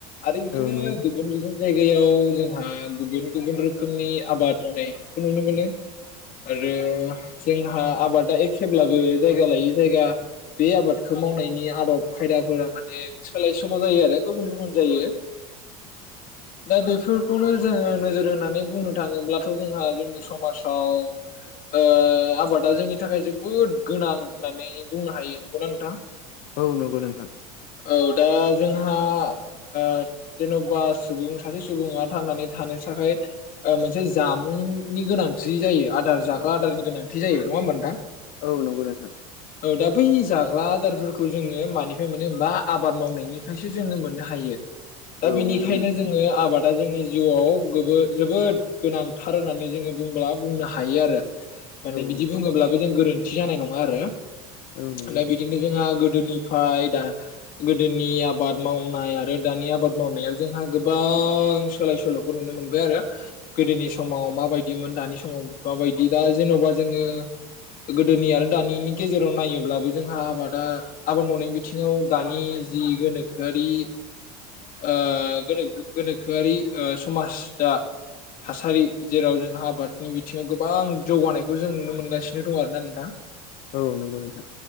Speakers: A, on the left; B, on the left.
A: आरो बिदिनो
B: औ नंगौ
A: गुबुन गुबुन जायगायाव जोंहा गुबुन गुबुन रोखोमनि आबाद मावनायफोरखौ नुनो मोनो आरो जोंहा आबादा एखेब्लाबो जायगा लायै जायगा बे आबादखौ मावनायनि आदब खायदाफोरा माने सोलाय सोल' जायो आरो गुबुन गुबुन जायो दा बेफोरखौनो जोङो नोजोर होनानै बुंनो थाङोब्लाथ' जोंहा जोंनि समाजाव ओ आबादा जोंनि थाखाय जोबोद गोनां होननानै बुंनो हायो नंगौना नोंथां
B: औ नंगौ नोंथां
A: औ दा जोंहा ओ जेन'बा सुबुं सासे सुबुङा थांनानै थानो थाखाय मोनसे जामुंनि गोनांथि जायो आदार जाग्रा आदारनि गोनांथि जायो नङा होमबा नोंथां
B: औ नंगौ नोंथां
A: औ दा बै जा जाग्रा आदारफोरखौ जोङो मानिफ्राय मोनो होनबा आबाद मावनायनिफ्रायसो जोङो मोननो हायो दा
B: औ
A: बिनिखायनो
B: नंगौ नोंथां
A: जोङो आबाद दा जोंनि जिउआव गो जोबोद गोनांथार होननानै जोङो बुंब्ला बुंनो हायो आरो माने
B: औ
A: बिदि
B: नंगौ
A: बुङोब्लाबो जों गोरोन्थि थि जानाय नं - ङा आरो
B: औ नंगौ
A: दा बिदिनो जोंहा गो गोदोनिफ्राय दा गोदोनि आबाद मावनाय आरो दानि आबाद मावनायाव जोंहा गोबां सोलाय सोल'खौ नुनो मोनबाय आरो गोदोनि समाव माबायदिमोन दानि समाव माबायदि दा जेन'बा जोङो गोदोनि आरो दानिनि गेजेराव नायोब्लाबो जोंहा आबादा आबाद मावनायनि बिथिङाव दानि जि गोनोखोआरि ओ गोनोखोआरि समाज दा थासारि जेराव जोंहा आबादनि बिथिङाव गोबां जौगानायखौ जों नुनो मोनगासिनो दं आरोना नोंथां
B: औ नंगौ नोंथां